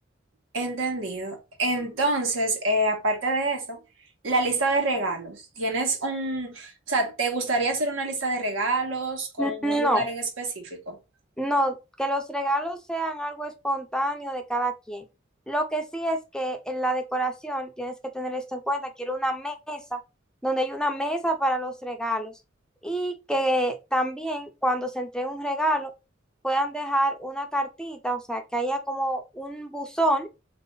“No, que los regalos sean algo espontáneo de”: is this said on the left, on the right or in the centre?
Centre